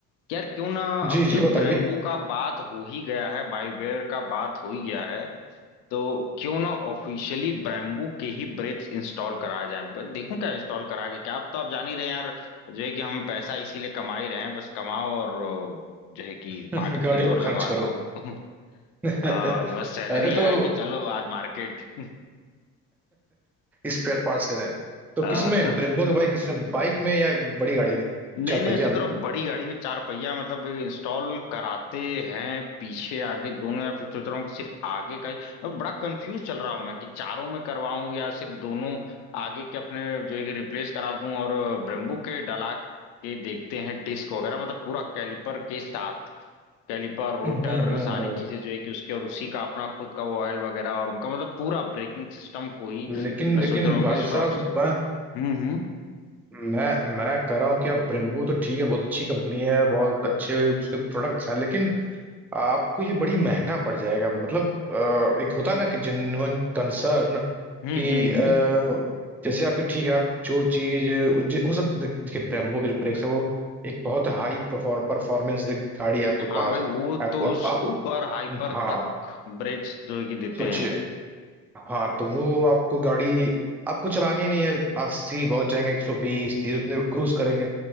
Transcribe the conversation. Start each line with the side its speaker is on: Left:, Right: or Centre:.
Left: कि यार क्यों ना अब
Centre: जी
Left: जब
Centre: जी बताइए
Left: ब्रेम्बू का बात हो ही गया है बाइबेर का बात हो ही गया है तो क्यों ना ऑफिशियली ब्रेम्बू के ही ब्रेक्स इंस्टॉल कराया जाए बस देखूं क्या इंस्टॉल करा के क्या आप तो आप जान ही रहे हैं यार जो है कि हम पैसा इसीलिए कमा ही रहे हैं बस कमाओ और जो है कि
Centre: <laughs>
Left: पार्ट खरीदो
Centre: गाड़ियों
Left: और
Centre: पे
Left: लगवा
Centre: खर्च करो
Left: दो <laughs>
Centre: <laughs>
Left: आ, बस सैलरी
Centre: अरे तो
Left: आए कि चलो आज मार्केट <laughs>
Centre: स्पेयर पार्ट्स लेने तो
Left: आ,
Centre: किसमें ब्रेम्बो के बाइक किसमें बाइक में या बड़ी गाड़ी में
Left: नहीं
Centre: चार
Left: नहीं
Centre: पहिया
Left: सोच
Centre: में
Left: रहा हूँ बड़ी गाड़ी में चार पहिया मतलब इंस्टॉल कराते हैं पीछे आगे दोनों या फिर सोच रहा हूँ कि सिर्फ आगे का ही मैं बड़ा कंफ्यूज चल रहा हूँ मैं कि चारों में करवाऊं या सिर्फ दोनों आगे के अपने जो है कि रिप्लेस करा दूं और ब्रेम्बू के डला के देखते हैं डिस्क वगैरह मतलब पूरा कैलिपर के साथ कैलिपर रोटर
Centre: हम्म हम्म
Left: सारी
Centre: हम्म।
Left: चीजें जो है कि उसके और उसी का अपना खुद का वो ऑयल वगैरह और उनका मतलब पूरा ब्रेकिंग सिस्टम को ही
Centre: लेकिन
Left: मैं
Centre: लेकिन
Left: सोच रहा हूँ
Centre: भाई
Left: कि स्टॉक
Centre: साहब
Left: हम्म
Centre: मैं
Left: हम्म
Centre: मैं मैं कह रहा हूँ कि आप ब्रेम्बू तो ठीक है बहुत अच्छी कंपनी है बहुत अच्छे उसके प्रोडक्ट्स हैं लेकिन आपको ये बड़ी महंगा पड़ जाएगा मतलब अ, एक होता है ना कि जेन्युइन कंसर्न
Left: हम्म
Centre: कि
Left: हम्म
Centre: अ,
Left: हम्म।
Centre: जैसे आपकी ठीक है आप जो चीज जे- हो सकता है देखिए ब्रेम्बो के जो ब्रेक्स हैं वो एक बहुत हाई परफॉर्मेंस गाड़ी है आपके
Left: हाँ
Centre: पास
Left: भाई वो
Centre: आपको
Left: तो
Centre: आप,
Left: सुपर
Centre: आपको
Left: हाइपर
Centre: हाँ
Left: तक ब्रेक्स जो कि देते
Centre: सोचिए
Left: हैं
Centre: हाँ तो वो आपको गाड़ी आपको चलानी ही नहीं है अस्सी बहुत जाएंगे एक सौ बीस तीस उतने क्रूज करेंगे